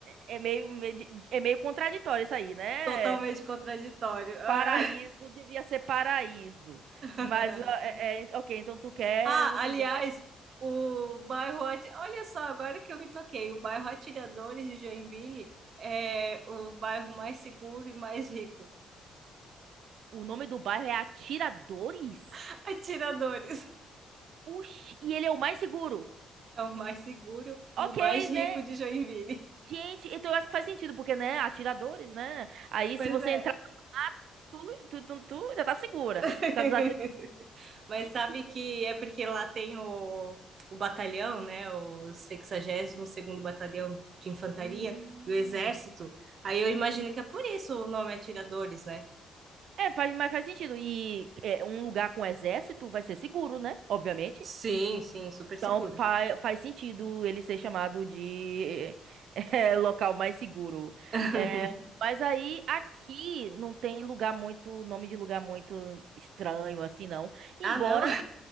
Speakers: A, on the right; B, on the right.
A: é meio, medi- é meio contraditório isso aí, né?
B: totalmente contraditório. Ah.
A: Paraíso devia ser paraíso.
B: <laughs>
A: Mas, ó, é, é, ok, então tu quer
B: Ah,
A: uns
B: aliás,
A: lugares.
B: o bairro. Ati- Olha só, agora que eu me toquei, o bairro Atiradores de Joinville é o bairro mais seguro e mais rico.
A: O nome do bairro é Atiradores?
B: <laughs> Atiradores
A: Oxi, e ele é o mais seguro.
B: é o mais seguro e
A: Ok,
B: o mais rico
A: né?
B: de Joinville.
A: Gente, então eu acho que faz sentido, porque, né? Atiradores, né? Aí
B: Pois
A: se você
B: é.
A: entrar, tu, tu, tu- tu já tá segura.
B: <laughs>
A: Por causa dos atiradores.
B: Mas
A: Gente,
B: sabe
A: que...
B: que é porque lá tem o, o batalhão, né? O 62 segundo Batalhão de Infantaria
A: Hum.
B: do Exército. Aí eu imagino que é por isso o nome Atiradores, né?
A: É, faz, mas faz sentido. E é, um lugar com exército vai ser seguro, né? Obviamente.
B: Sim, sim, super
A: Então
B: seguro.
A: fa faz sentido ele ser chamado de <laughs> é, local mais seguro.
B: <laughs>
A: É, mas aí aqui não tem lugar muito, nome de lugar muito estranho assim, não. Embora,
B: Ah, não?